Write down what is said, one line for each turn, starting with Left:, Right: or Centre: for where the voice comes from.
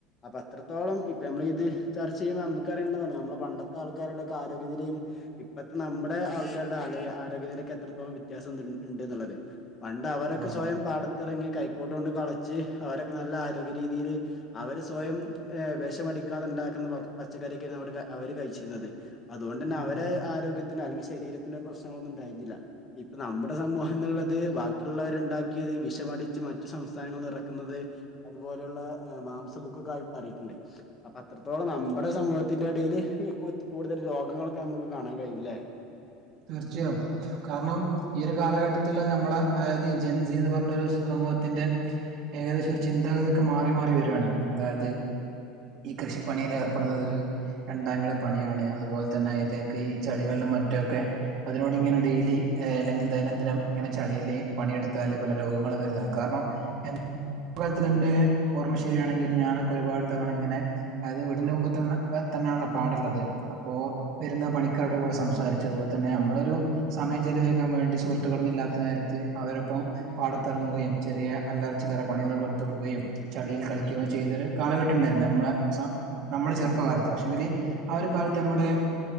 Left: അപ്പൊ ഇത്രത്തോളം ഇപ്പ നമ്മൾ ഇത് ചർച്ച ചെയ്യുമ്പോൾ നമുക്ക്അറിയേണ്ടാണ് നമ്മളെ പണ്ടത്തെ ആൾക്കാരുടെക്കെ ആരോഗ്യനിലയും ഇപ്പോഴത്തെ നമ്മുടെ ആൾക്കാരുടെ ആരോഗ്യനിലക്ക് എത്രത്തോളം വ്യത്യാസം ഉണ്ട് എന്നുള്ളത്. പണ്ട് അവരൊക്കെ
Right: ആഹ്
Left: സ്വയം പാടത്തിറങ്ങി കൈക്കോട്ട് കൊണ്ട് കളച്ച് അവരൊക്കെ നല്ല ആരോഗ്യ രീതിയില് അവര് സ്വയം ഏ വിഷമടിക്കാതെ ഉണ്ടാക്കുന്ന പച്ചക്കറിയൊക്കെയാണ് അവര് കഴിച്ചിരുന്നത് അതുകൊണ്ട് തന്നെ
Right: ഉം
Left: അവരെ ആരോഗ്യ അല്ലെങ്കിൽ ശരീരത്തിന് ഒരു പ്രശ്നങ്ങളൊന്നും ഉണ്ടായിരുന്നില്ല ഇപ്പ നമ്മുടെ സമൂഹം എന്നുള്ളത് ബാക്കിയുള്ളവരുണ്ടാക്കിയ വിഷമടിച്ച് മറ്റു സംസ്ഥാനങ്ങൾ നഇറക്കുന്നത് അതുപോലെയുള്ള മാംസബുക്ക് അറിയിട്ടുണ്ട് അപ്പൊ അത്രത്തോളം നമ്മുടെ സമൂഹത്തിന്റെ ഇടയിൽ കൂടുതൽ രോഗങ്ങളൊക്കെ നമുക്ക് കാണാം <unintelligible>
Right: തീർച്ചയായും കാരണം ഈ ഒരു കാലഘട്ടത്തിൽ നമ്മള അതായത് ഈ ജൻസിന്ന് പറഞ്ഞരു സമൂഹത്തിന്റെ ഏകദേശം ഒരു ചിന്താഗതി ഒക്കെ മാറി മാറി വരുകയാണ് അതായത് ഈ കൃഷിപ്പണിയിൽ ഏർപ്പെടുന്നത് ഒരു രണ്ടാംകിട പണിയാണ് അതുപോലെ തന്നെ അതിലേക്ക് ഈ ചളികളി മറ്റൊക്കെ അതിനോട് ഇങ്ങനെ ഡെയിലി അല്ലെങ്കിൽ ദൈനംദിനം ഇങ്ങനെ ചളീല് പണിയെടുത്താല് പല രോഗ ങ്ങളും വരുന്നത്. കാരണം എന്റെ <unintelligible> ഓർമ്മ ശരിയാണെങ്കിൽ ഞാനൊക്കെ ഒരുപാട് തവണ ഇങ്ങനെ അത് വീടിന്റെ മുമ്പ് തന്നെയാണല്ലോ പാടുള്ളത് അപ്പോ വരുന്ന പണിക്കാരുടെ കൂടെ സംസാരിച്ചതും അതുപേലെ തന്നെ നമ്മളൊരു സമയം ചിലവഴിക്കാൻ വേണ്ടി സുഹൃത്തുക്കളൊന്നുമില്ലാത്ത നേര ത്ത് അവരൊപ്പം പാട ത്തിറങ്ങുകയും ചെറിയ അല്ലറച്ചില്ലറ പണികളൊക്കെ എടുത്തു കൊടുക്കുകയും ചളിയില് കളിക്കുകയും ചെയ്ത ഒരു കാലഘട്ട ട്ടം ഉണ്ടായിരുന്നു. നമ്മുടെ സ നമ്മുടെ ചെറുപ്പകാലത്ത് പക്ഷെങ്കില് ആ ഒരു കാലത്ത് നമ്മുടെ